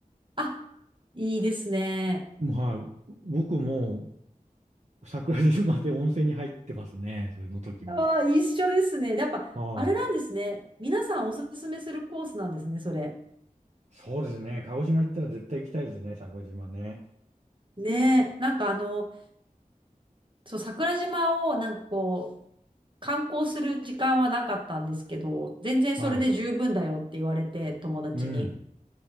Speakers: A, on the right; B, on the right.
A: あ、いいですね。
B: まあ、はい僕も桜島で温泉に入ってますね。それの時も。
A: ああ、一緒ですね。やっぱ、
B: は
A: あれなんですね。皆さんおすすめするコースなんですね、それ。
B: い。そうですね。鹿児島行ったら絶対行きたいですね。桜島ね。
A: ねえ。なんかあの、そう、桜島をなんかこ観光する時間はなかったんですけど、全然それで十分だよって言われて、
B: はい。
A: 友達に。
B: うん。